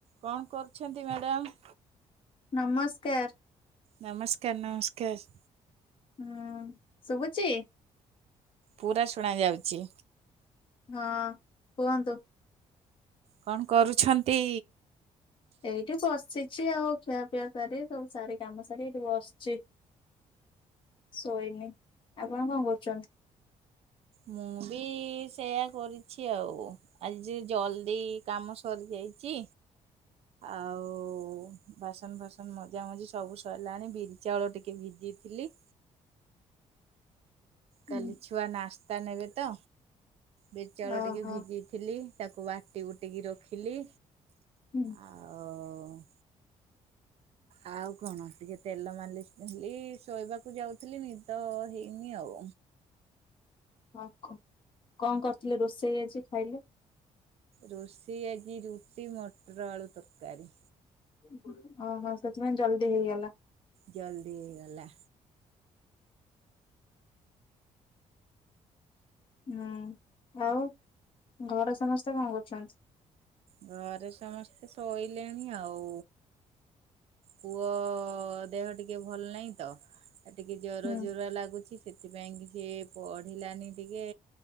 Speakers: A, on the right; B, on the left.
A: କଁ କରୁଛନ୍ତି ମ୍ୟାଡାମ?
B: ନମସ୍କାର।
A: ନମସ୍କାର ନମସ୍କାର।
B: ହଁ ଶୁଭୁଚି?
A: ପୁରା ଶୁଣା ଯାଉଚି।
B: ହଁ କୁହନ୍ତୁ?
A: କଣ କରୁଛନ୍ତି?
B: ଏଇଠି ବସିଚି ଆଉ ଖିଆପିଆ ସାରି ସବୁ ସାରି କାମ ସାରି ଏଇଠି ବସଚି। ଶୋଇନି ଆପଣ କଣ କରୁଛନ୍ତି?
A: ମୁଁ ବି ସେଇଆ କରିଛି ଆଉ, ଆଜି ଜଲଦି କାମ ସରିଯାଇ ଚି। ଆଉ ବାସନ ଫାସନ ମଜା ମଜି ସବୁ ସରିଲାଣି ବିରି ଚାଉଳ ଟି କେ ଭିଜେଇ ଥିଲି।
B: ହୁଁ
A: କାଲି ଛୁଆ ନାସ୍ତା ନେବେ ତ, ବିରି ଚାଉଳ
B: ଓହୋ
A: ଟିକେ ଭିଜେଇ ଥିଲି। ତାକୁ ବାଟି ବୁଟିକି ରଖିଲି।
B: ହୁଁ
A: ଆଉ ଆଉ କଣ ଟିକେ ତେଲ ମାଲିିସ କଲି, ଶୋଇବାକୁ ଯାଉଥିଲି ନିଦ ହେଇନି ଆଉ।
B: <inaudible> ହଁ କ କଣ କରୁଥିଲେ ରୋଷେଇ ଆଜି ଖାଇଲେ?
A: ରୋଷଇ ଆଜି ରୁଟି, ମଟର ଆଳୁ ତରକାରୀ।
B: ଉ ହୁଁ ଓହୋ ସେଥିପାଇଁ ଜଲଦି ହେଇଗଲା।
A: ଜଲଦି ହେଇଗଲା।
B: ହୁଁ ଆଉ ଘରେ ସମସ୍ତେ କଣ କରୁଛନ୍ତି?
A: ଘରେ ସମସ୍ତେ ଶୋଇଲେଣି ଆଉ। ପୁଅ ଦେହ ଟିକେ ଭଲ ନାହିଁ ତ। ଟିକେ ଜରୁଆ
B: ହୁଁ
A: ଜରୁଆ ଲାଗୁଛି ସେଥିପାଇଁ କି ଏ ପଢିଲାନି ଟିକେ